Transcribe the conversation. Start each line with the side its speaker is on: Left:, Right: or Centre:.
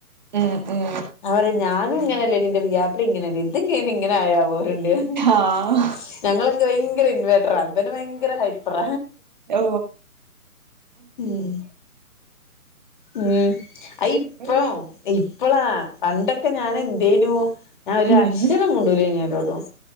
Right: ഉം ഉം
Left: അവര് ഞാനും ഇങ്ങനെയല്ലേനി ഇന്റെ പുയാപ്ലിം ഇങ്ങനെല്ലേനി ഇതെങ്ങെ ഇങ്ങനെ ആയാവോ പറി <unintelligible>
Right: ആഹ്
Left: ഞങ്ങളൊക്കെ ഭയങ്കര ഇൻവേട്ടറാ ഇവന് ഭയങ്കര ഹൈപറ
Right: ഔ
Left: ഉം ഉം അഇപ്പം
Right: ഉം
Left: ഇപ്പളാ പണ്ടൊക്കെ ഞാനെന്തേനു ഞാൻ ഒരു
Right: ഉം
Left: അക്ഷരം മുണ്ടൂലേനു ആരോടും